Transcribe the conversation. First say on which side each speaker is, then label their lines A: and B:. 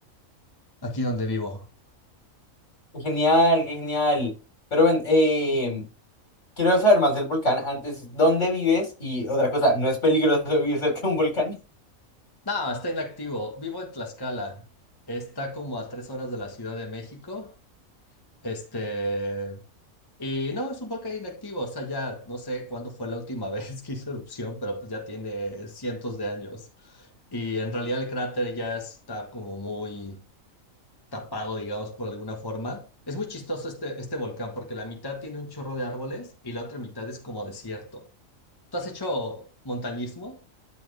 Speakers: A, on the left; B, on the left.
A: Aquí donde vivo.
B: Qué Genial, qué genial. Pero ven, eh, quiero saber más del volcán. Antes, ¿dónde vives? Y otra cosa, ¿no es peligroso <laughs> vivir cerca de un volcán?
A: No, está inactivo. Vivo en Tlaxcala. Está como a tres horas de la Ciudad de México. Este... Y no, es un volcán inactivo, o sea, ya no sé cuándo fue la última <laughs> vez que hizo erupción, pero pues ya tiene cientos de años. Y en realidad el cráter ya está como muy tapado, digamos, por alguna forma. Es muy chistoso este, este volcán porque la mitad tiene un chorro de árboles y la otra mitad es como desierto. ¿Tú has hecho montañismo?